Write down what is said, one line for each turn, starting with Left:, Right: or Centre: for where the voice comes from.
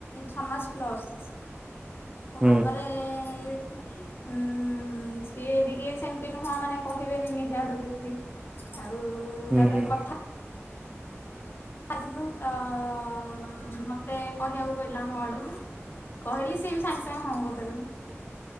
Left: ଛଅ ମାସ ପ୍ଲସ। ତାପରେ
Right: ହୁଁ
Left: ଉଁ ସିଏ ଟିକେ ଇଏ ସେମିତି ନୁହଁ ମାନେ କହିବେନି ନିଜ ଆଡୁ କିଛି ଆଉ
Right: ହୁଁ
Left: ତାପରେ
Right: ହୁଁ
Left: କଥା। ବାଜିଲୁ ତ ମତେ କହିବାକୁ ପଡିଲା ମୋ ଆଡୁ କହିଲି। ସିଏ ବି ସାଙ୍ଗେ ସାଙ୍ଗେ ହଁ କରିଦେଲେ।